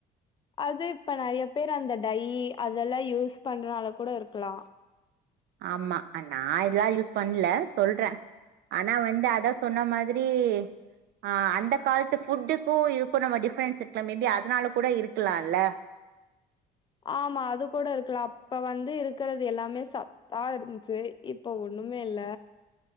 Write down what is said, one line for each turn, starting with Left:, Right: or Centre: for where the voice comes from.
Left: அது இப்ப நெறய பேர் அந்த டை அதெல்லாம் யூஸ் பண்றனால கூட இருக்கலாம்
Right: ஆமா நா இதெல்லாம் யூஸ் பண்ணல சொல்றேன் ஆனா வந்து அத சொன்ன மாதிரி ஆ அந்த காலத்து ஃபுட்டுக்கும் இதுக்கும் நம்ம டிஃபரன்ஸ் இருக்கலாம் மேபி அதனால கூட இருக்கலாம்ல்ல
Left: ஆமா அது கூட இருக்கலாம் அப்ப வந்து ருக்கறது எல்லாமே சத்தா இருந்துச்சு இப்ப ஒண்ணுமே இல்ல